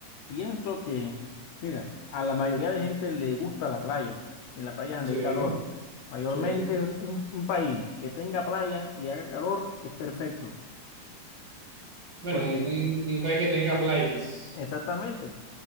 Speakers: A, on the left; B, on the right.
A: pienso que, mira, a la mayoría de gente le gusta la playa, en la playa donde
B: Sí,
A: hay calor. Mayormente
B: sí.
A: un, un- un país que tenga playa y haga calor es perfecto,
B: Bueno,
A: porque
B: un, un- un país que tenga playas.
A: exactamente,